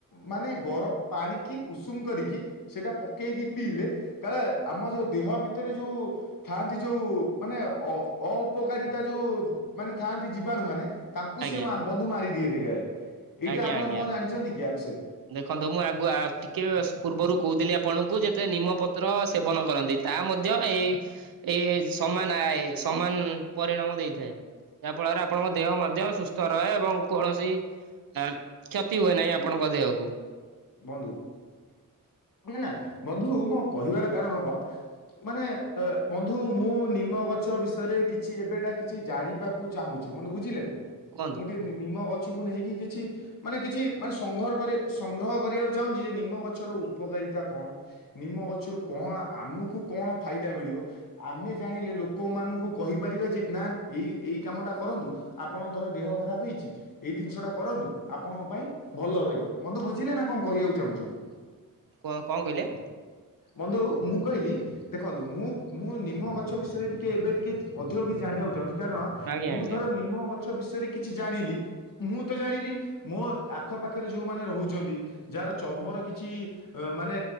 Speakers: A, on the left; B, on the right.
A: ମାନେ ଗର ପାଣିକି ଉଷୁମ କରିକି ସେଇଟା ପକେଇକି ପିଇଲେ କାଳେ ଆମ ଯୋଉ ଦେହ ଭିତରେ ଯୋଉ ଥାଆନ୍ତି ଯୋଉ ମାନେ ଅ ଅପକାରିତା ଯୋଉ ମାନେ ଥାଆନ୍ତି ଜୀବାଣୁ ମାନେ ତାଙ୍କୁ
B: ଆଜ୍ଞା
A: ସିଏ ବନ୍ଧୁ ମାରିଦିଅନ୍ତି କାଳେ ଏଇଟା
B: ଆଜ୍ଞା
A: ଆପଣ
B: ଆଜ୍ଞା
A: କଣ ଜାଣିଛନ୍ତି କି ଆ ବିଷୟରେ?
B: ଦେଖନ୍ତୁ ମୁଁ ଆଗୁଆ ଟିକେ ପୂର୍ବରୁ କହୁଥିଲି ଆପଣଙ୍କୁ ଯେତେ ନିମପତ୍ର ସେବନ କରନ୍ତି ତା ମଧ୍ୟ ଏଇ, ଏଇ ସମାନ ଆଏ, ସମାନ ପରିଣାମ ଦେଇଥାଏ। ଯାହା ଫଳରେ ଆପଣଙ୍କ ଦେହ ମଧ୍ୟ ସୁସ୍ଥ ରହେ ଏବଂ କୌଣସି ଆ କ୍ଷତି ହୁଏ ନାହିଁ ଆପଣଙ୍କ ଦେହକୁ।
A: ବନ୍ଧୁ କ କଁ ନା ବନ୍ଧୁ ମୋ କହିବାର କାରଣ କଣ ମାନେ ଆ ବନ୍ଧୁ ମୁଁ ନିମ ଗଛ ବିଷୟରେ କିଛି ଏବେଟା କିଛି ଜାଣିିବା କୁ ଚାହୁଁଛି ବନ୍ଧୁ ବୁଝିଲେ ନା,
B: କୁହନ୍ତୁ
A: ମୁଁ ଟିକେ ନିମ ଗଛକୁ ନେଇକି କିଛି ମାନେ କିଛି ମାନେ ସଂଗ୍ରଅ କରିବାକୁ ସଂଗ୍ର ହ କରିବାକୁ ଚାହୁଁଛି ଯେ ନିମ ଗଛର ଉପକାରିତା କଣ? ନିମ ଗଛରୁ କଣ ଆମକୁ କଣ ଫାଇଦା ମିଳିବ? ଆମେ ଜାଣିଲେ ଲୋକମାନଙ୍କୁ କହିପାରିବା ଯେ ନା ଏଇ ଏଇ କାମଟା କରନ୍ତୁ ଆପଣଙ୍କ ଧର ଦେହ ଖରାପ ହେଇଛି ଏଇ ଜିନିଷ ଟା କରନ୍ତୁ ଆପଣଙ୍କ ପାଇଁ ଭଲ ରହିବ ବନ୍ଧୁ ବୁଝି ବୁଝିଲେ ନା, କଣ କହିବାକୁ ଚାହୁଁଛି ମୁଁ?
B: କ କଣ କହିଲେ?
A: ବନ୍ଧୁ ମୁଁ କହିଲି ଦେଖନ୍ତୁ ମୁଁ, ମୁଁ ନିମ ଗଛ ବିଷୟରେ ଟିକେ ଏବେ ଟିକେ ଅଧିକ କିଛି ଜାଣିବାକୁ ଚାହୁଁଛି କାରଣ
B: ଆଜ୍ଞା
A: ମୁଁ
B: ଆଜ୍ଞା।
A: ଧର ନିମ ଗ ଛ ବିଷୟରେ କିଛି ଜାଣିଲି ମୁଁ ତ ଜାଣିଲି ମୋ ଆଖ ପାଖରେ ଯୋଉମାନେ ରହୁ ଛନ୍ତି ଯାହାର ଚର୍ମର କିଛି ଅ ମାନେ